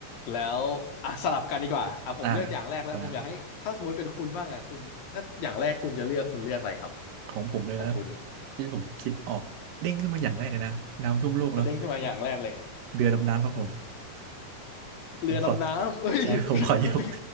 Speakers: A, on the left; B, on the right.
A: แล้วอ่ะสลับกันดีกว่าอ่ะผมเลือกอย่างแรกแล้วผมอยากให้ถ้าสมมติเป็นคุณบ้างอ่ะคุณถ้าอย่างแรกคุณจะเลือกคุณเลือกอะไรครับ
B: อ่าว้าวของผมเลยนะ
A: ของคุณ
B: ที่ผมคิดออกเด้งขึ้นมาอย่างแรกเลยนะน้ำท่วมโลกเนาะ
A: อ่ะเด้งขึ้นมาอย่างแรกเลย
B: เรือดำน้ำครับผม
A: เรือดำน้ำเฮ้ย
B: ผมขอใช่ผมขอยก
A: <laughs> คุณ